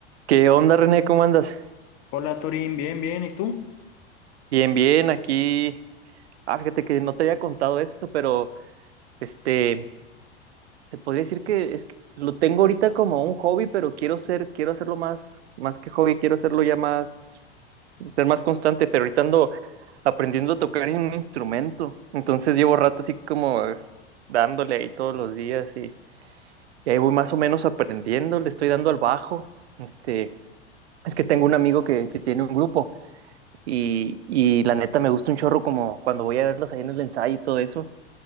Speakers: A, on the right; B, on the left.
A: ¿Qué onda, René? ¿Cómo andas?
B: Hola Torín, bien, bien, ¿y tú?
A: Bien, bien, aquí. Ah, fíjate que no te había contado esto, pero este, te podría decir que es que lo tengo ahorita como un hobby, pero quiero ser, quiero hacerlo más, más que hobby, quiero hacerlo ya más, ser más constante, pero ahorita ando aprendiendo a tocar en un instrumento. Entonces llevo rato así como eh, dándole ahí todos los días y, y ahí voy más o menos aprendiendo, le estoy dando al bajo. Este, es que tengo un amigo que que tiene un grupo. Y, y la neta me gusta un chorro como cuando voy a verlos ahí en el ensayo y todo eso.